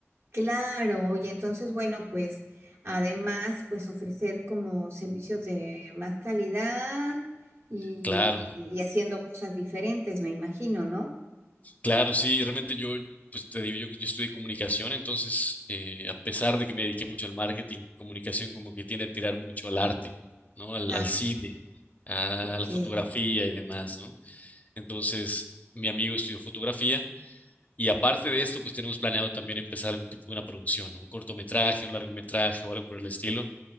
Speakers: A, on the right; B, on the left.
A: Claro, y entonces, bueno, pues además, pues ofrecer como servicios de más calidad y,
B: Claro.
A: y haciendo cosas diferentes, me imagino, ¿no?
B: Claro, sí, realmente yo, pues te digo, yo, yo estudié comunicación, entonces, eh, a pesar de que me dediqué mucho al marketing, comunicación como que tiende a tirar mucho al arte, ¿no? Al,
A: Ah,
B: al cine, a
A: ok.
B: la fotografía y demás, ¿no? Entonces, mi amigo estudió fotografía y aparte de esto, pues tenemos planeado también empezar algún tipo de una producción, ¿no? Un cortometraje, un largometraje o algo por el estilo.